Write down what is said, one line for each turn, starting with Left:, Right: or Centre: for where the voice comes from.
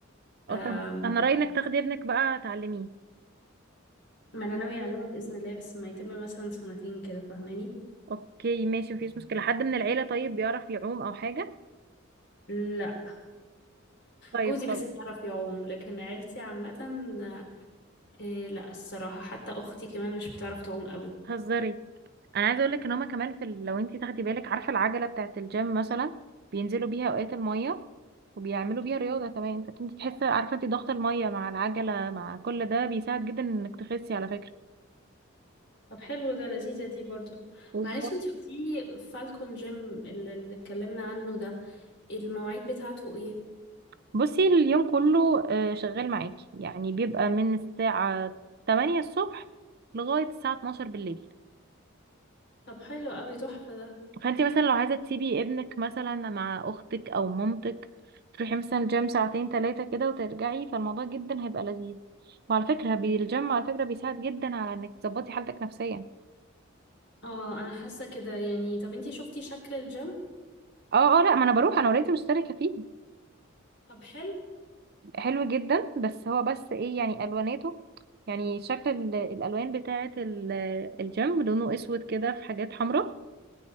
Right: اه
Left: أم،
Right: طب انا رأيي انك تاخدي ابنك بقى تعلميه
Left: ما انا ناوية اعلمه بإذن الله بس ما يتم مثلا سنتين كده فاهماني
Right: اوكي ماشي مفيش مشكلة حد من العيلة طيب بيعرف يعوم او حاجة
Left: لا
Right: طيب
Left: جوزي بس
Right: خلاص
Left: بيعرف يعوم لكن عيلتي عامة إيه لا الصراحة حتى اختي كمان مش بتعرف تعوم قوي
Right: هزري انا عايزه اقول لك ان هما كمان في ال- لو انت تاخدي بالك عارفه العجله بتاعه الجيم مثلا بينزلوا بيها اوقات الميه وبيعملوا بيها رياضه كمان فانت تحسي عارفه انت ضغط الميه مع العجله مع كل ده بيساعد جدا انك تخسي على فكره
Left: طب حلو ده لذيذة دي برضو
Right: بالظبط
Left: معلش انتي قلتيلي فالكون جيم اللي اللي اتكلمنا عنه ده المواعيد بتاعته ايه
Right: بصي اليوم كله آه، شغال معاكي يعني بيبقى من الساعه 8 الصبح لغايه الساعه 12 بالليل
Left: طب حلو قوي تحفة ده
Right: فانت مثلا لو عايزه تسيبي ابنك مثلا مع اختك او مامتك تروحي مثلا الجيم ساعتين ثلاثه كده وترجعي فالموضوع جدا هيبقى لذيذ وعلى فكره بي- الجيم على فكره بيساعد جدا على انك تظبطي حالتك نفسيا
Left: اه انا حاسة كده يعني طب انتي شفتي شكل الجيم
Right: اه اه لا ما انا بروح انا اوريدي مشتركه فيه
Left: طب حلو
Right: حلو جدا بس هو بس ايه يعني الواناته يعني شكل ال- الالوان بتاعه ال- الجيم لونه اسود كده في حاجات حمراء